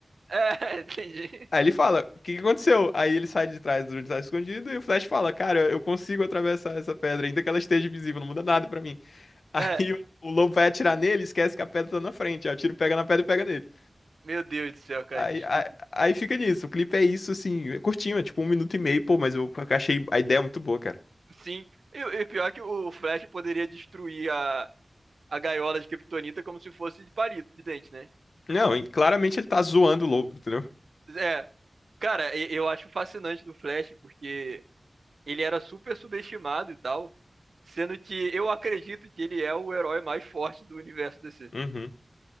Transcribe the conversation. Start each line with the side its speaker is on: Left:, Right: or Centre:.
Right: É, <laughs> entendi.
Left: Aí ele fala, o que que aconteceu? Aí ele sai de trás do onde tá escondido e o Flash fala, cara, eu consigo atravessar essa pedra, ainda que ela esteja invisível, não muda nada pra mim. <laughs> Aí
Right: É,
Left: o o lobo vai atirar nele, e esquece que a pedra tá na frente. Aí o tiro pega na pedra e pega nele.
Right: Meu Deus do céu, cara,
Left: Aí,
Right: que estúpido.
Left: aí, aí fica nisso. O clipe é isso, assim, é curtinho, é tipo um minuto e meio, pô, mas eu achei a ideia muito boa, cara.
Right: Sim, e, e pior que o Flash poderia destruir a, a gaiola de Kryptonita como se fosse de palito, de dente, né?
Left: Não, e claramente ele tá zoando o lobo, entendeu?
Right: É, cara, e- eu acho fascinante do Flash, porque ele era super subestimado e tal, sendo que eu acredito que ele é o herói mais forte do universo DC,
Left: Uhum.